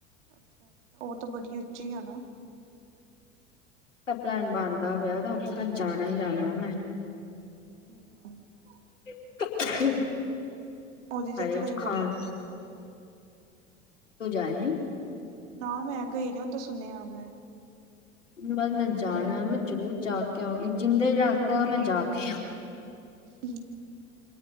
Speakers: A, on the right; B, on the left.
A: ਅੱਛਾ ਉਹ ਤਾ ਬੜੀ ਉੱਚੀ ਆ ਨਾ?
B: ਤਾਂ ਪਲੈਨ ਬਣਦਾ ਪਿਆ, ਉੱਥੇ ਤਾ ਜਾਣਾ ਈ ਜਾਣਾ ਮੈਂ।
A: ਹੂੰ <unintelligible>
B: <unintelligible>
A: ਉਹਦੀ
B: ਹਾਏ
A: ਤਾਂ ਚੜਾਈ
B: ਜ਼ੁਕਾਮ
A: ਬੜੀ ਉੱਚੀ ਆ, ਹਨਾ?
B: ਤੂੰ ਜਾ ਆਈਂ?
A: ਨਾ ਮੈਂ ਗਈ ਨੀ, ਓਦਾਂ ਸੁਣਿਆ ਮੈਂ।
B: ਬਸ ਮੈਂ ਜਾਣਾ, ਮੈਂ ਜਰੂਰ ਜਾਕੇ ਆਉਂਗੀ, ਜਿੰਦੇ ਜਾ ਮੈਂ ਜਾਕੇ ਆਉ
A: <inaudible>